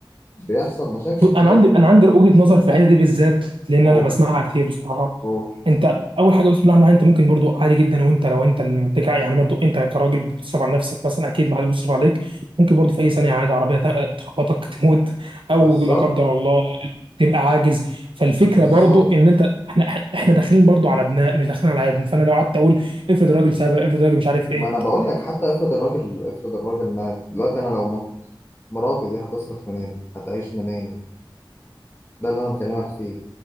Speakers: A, on the left; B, on the right.
A: بيحصل مشاكل بيبقى
B: انا عندي انا عندي وجهه نظر في الحته دي بالذات لان
A: قول
B: انا بسمعها كتير بصراحه
A: قول
B: انت اول حاجه بسم الله الرحمن الرحيم انت ممكن برضو عادي جدا وانت لو انت اللي بتجع يعني برضو انت كراجل بتصرف على نفسك مثلا اكيد ما حدش بيصرف عليك ممكن برضو في اي ثانيه عادي عربيه تق- تخبطك تموت
A: بالظبط
B: او لا قدر الله تبقى عاجز فالفكره
A: بالظبط
B: برضو ان انت احنا احنا داخلين برضو على ابناء مش داخلين على عادم فانا لو قعدت اقول افرض راجل سبق افرض راجل مش عارف ايه
A: ما أنا بقول لك حتى افرض الراجل افرض الراجل مات دلوقتي أنا لو مت مراتي دي هتصرف منين؟ هتعيش منين؟ ده اللي انا بكلمك فيه